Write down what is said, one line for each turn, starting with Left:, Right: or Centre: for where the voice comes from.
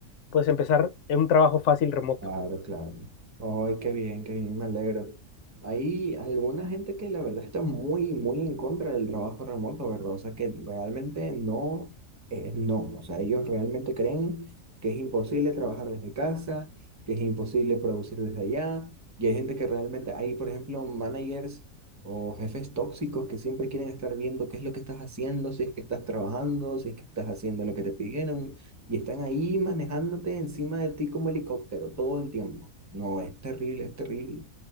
Left: pues empezar en un trabajo fácil remoto.
Right: Claro, claro. Ay, qué bien, qué bien, me alegro. Hay alguna gente que la verdad está muy, muy en contra del trabajo remoto, ¿verdad? O sea, que realmente no, es no. O sea, ellos realmente creen que es imposible trabajar desde casa, que es imposible producir desde allá. Y hay gente que realmente, hay, por ejemplo, managers o jefes tóxicos que siempre quieren estar viendo qué es lo que estás haciendo, si es que estás trabajando, si es que estás haciendo lo que te pidieron y están ahí manejándote encima de ti como helicóptero todo el tiempo. No, es terrible, es terrible.